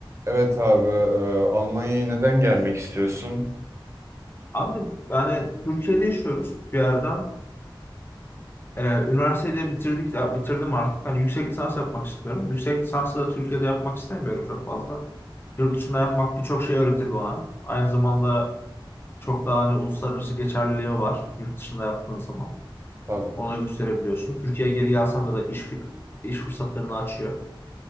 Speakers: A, on the right (about 30°); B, on the left (about 25°).
A: Evet abi, e, Almanya'ya neden gelmek istiyorsun?
B: Abi yani Türkiye'de yaşıyoruz bir yerden. Ee, üniversiteyi de bitirdik ya bitirdim artık. Hani yüksek lisans yapmak istiyorum. Yüksek lisansı da Türkiye'de yapmak istemiyorum çok fazla. Yurt dışında yapmak birçok şey öğretir bana. Aynı zamanda çok daha hani uluslararası geçerliliği var yurt dışında yaptığın zaman.
A: Tabii.
B: Onu da gösterebiliyorsun. Türkiye'ye geri gelsem de da iş, fi- iş fırsatlarını açıyor.